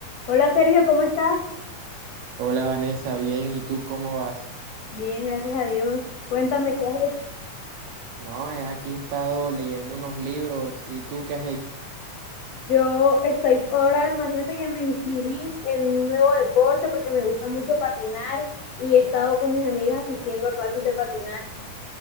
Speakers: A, on the left; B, on the right.
A: Hola Sergio, ¿cómo estás?
B: Hola Vanessa, bien, ¿y tú cómo vas?
A: Bien, gracias a Dios. Cuéntame
B: Ah,
A: qué has hecho.
B: no, he aquí estado leyendo unos libros, ¿y tú qué has hecho?
A: Yo estoy ahora, imagínate que me inscribí en un nuevo deporte porque me gusta mucho patinar y he estado con mis amigas asistiendo a clases de patinaje.